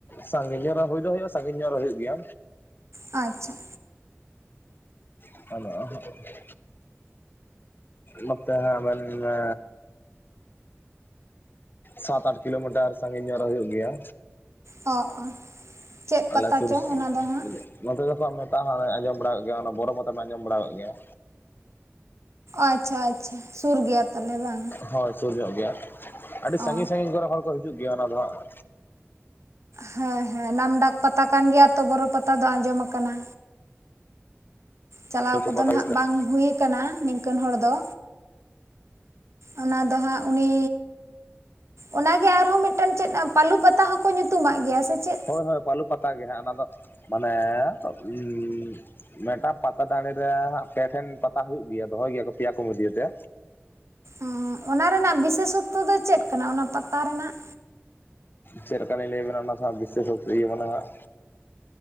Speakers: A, on the left (about 45°); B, on the right (about 75°).
A: ᱥᱟᱸᱜᱤᱧ ᱧᱚᱜ ᱨᱮ ᱦᱩᱭ ᱫᱚ ᱦᱩᱭᱩᱜᱼᱟ ᱥᱟᱸᱜᱤᱧ ᱧᱚᱜ ᱨᱮ ᱦᱩᱭᱩᱜ ᱜᱮᱭᱟ᱾
B: ᱟᱪᱪᱷᱟ᱾
A: <unintelligible> ᱱᱚᱛᱮ ᱦᱟᱸᱜ ᱢᱮᱱ ᱢᱮ ᱥᱟᱛ ᱟᱴ ᱠᱤᱞᱳᱢᱤᱴᱟᱨ ᱥᱟᱸᱜᱤᱧ ᱧᱚᱜ ᱨᱮ ᱦᱳᱭᱳᱜ ᱜᱮᱭᱟ᱾
B: ᱚᱜ ᱚ, ᱪᱮᱫ
A: ᱟᱞᱮ
B: ᱯᱟᱛᱟ
A: ᱥᱩᱨ
B: ᱪᱚᱝ
A: ᱥᱮᱜ
B: ᱚᱱᱟ ᱫᱚ ᱦᱟᱸᱜ
A: ᱮᱸ ᱱᱚᱣᱟ ᱫᱚᱛᱮ ᱫᱚᱠᱚ ᱢᱮᱛᱟ ᱦᱟᱜ ᱟᱸᱡᱚᱢ ᱵᱟᱲᱟ ᱟᱠᱟᱫ ᱜᱮᱭᱟ, ᱚᱱᱟ ᱵᱳᱨᱳ ᱯᱟᱛᱟ ᱯᱮ ᱟᱸᱡᱚᱢ ᱵᱟᱲᱟ ᱟᱠᱟᱫ ᱜᱮᱭᱟ?
B: ᱟᱪᱪᱷᱟ ᱟᱪᱪᱷᱟ ᱥᱩᱨ ᱜᱮᱭᱟ ᱛᱟᱞᱦᱮ ᱵᱟᱝ?
A: ᱦᱳᱭ ᱥᱩᱨ ᱧᱚᱜ ᱜᱮᱭᱟ, ᱟᱹᱰᱤ ᱥᱟᱺᱜᱤᱧ
B: ᱚ
A: ᱥᱟᱺᱜᱤᱧ ᱠᱚᱨᱮ ᱦᱚᱲ ᱠᱚ ᱦᱤᱡᱩᱜ ᱜᱮᱭᱟ ᱚᱱᱟ ᱫᱚ ᱦᱟᱸᱜ ᱾
B: ᱦᱮᱸ ᱦᱮᱸ ᱱᱟᱢᱰᱟᱠ ᱯᱟᱛᱟ ᱠᱟᱱ ᱜᱮᱭᱟ ᱛᱚ ᱵᱳᱨᱳ ᱯᱟᱛᱟ ᱫᱚ, ᱟᱸᱡᱚᱢ ᱟᱠᱟᱱᱟ᱾ ᱪᱟᱞᱟᱣ
A: ᱞᱟᱹᱴᱩ
B: ᱠᱚᱫᱚ
A: ᱯᱟᱛᱟ
B: ᱱᱷᱟᱸᱜ
A: ᱦᱩᱭᱩᱜ ᱠᱟᱱᱟ
B: ᱵᱟᱝ ᱦᱩᱭ ᱭᱟᱠᱟᱱᱟ ᱱᱤᱝ ᱠᱟᱹᱱ ᱦᱚᱲ ᱫᱚ, ᱚᱱᱟ ᱫᱚ ᱦᱟᱸᱜ ᱩᱱᱤᱼᱼ ᱚᱱᱟᱜᱮ ᱟᱨᱦᱚᱸ ᱢᱤᱫᱴᱟᱹᱱ ᱪᱮᱫ ᱯᱟᱹᱞᱩ ᱯᱟᱛᱟ ᱦᱚᱸᱠᱚ ᱧᱩᱛᱩᱢᱟᱜ ᱜᱮᱭᱟ ᱥᱮ ᱪᱮᱫ?
A: ᱦᱳᱭ ᱦᱳᱭ ᱯᱟᱹᱞᱩ ᱯᱟᱛᱟ ᱜᱮ ᱦᱟᱸᱜ ᱚᱱᱟ ᱫᱚ ᱢᱟᱱᱮᱻ ᱩᱸ ᱼᱼ ᱢᱮᱫ ᱴᱟᱝ ᱯᱟᱛᱟ ᱫᱟᱲᱮ ᱨᱮ ᱱᱷᱟᱸᱜ ᱯᱮ ᱴᱷᱮᱱ ᱯᱟᱛᱟ ᱦᱩᱭᱩᱜ ᱜᱮᱭᱟ ᱫᱚᱦᱚᱭ ᱜᱮᱭᱟ ᱠᱚ ᱯᱮᱭᱟ ᱠᱚᱢᱤᱰᱤᱭᱟᱹ ᱛᱮ᱾
B: ᱚᱸᱻ ᱚᱱᱟ ᱨᱮᱱᱟᱜ ᱵᱤᱥᱮᱼᱥᱚᱛ ᱛᱚ ᱫᱚ ᱪᱮᱫ ᱠᱟᱱᱟ ᱚᱱᱟ ᱯᱟᱛᱟ ᱨᱮᱱᱟᱜ?
A: ᱪᱮᱫ ᱞᱮᱠᱟ ᱞᱤᱧ ᱞᱟᱹᱭ ᱟᱹᱵᱤᱱᱟ ᱚᱱᱟ ᱥᱟᱜ ᱵᱤᱥᱮᱥᱚᱛ ᱤᱭᱟᱹ ᱢᱟᱱᱮ ᱱᱷᱟᱸᱜ?